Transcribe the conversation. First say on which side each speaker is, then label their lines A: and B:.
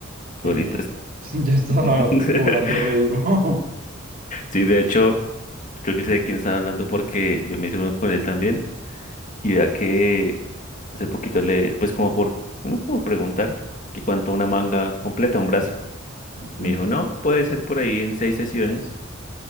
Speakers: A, on the right (about 45°); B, on the left (about 40°).
A: que
B: Ahorita. es-
A: <laughs> ya estaba
B: <laughs>
A: cobrando re duro.
B: Sí, de hecho, creo que sé de quién están hablando porque yo me hice uno con él también. Y vea que hace poquito le, pues como por, no por preguntar que cuánto una manga completa, un brazo.
A: <laughs>
B: Me dijo, no, puede ser por ahí en seis sesiones.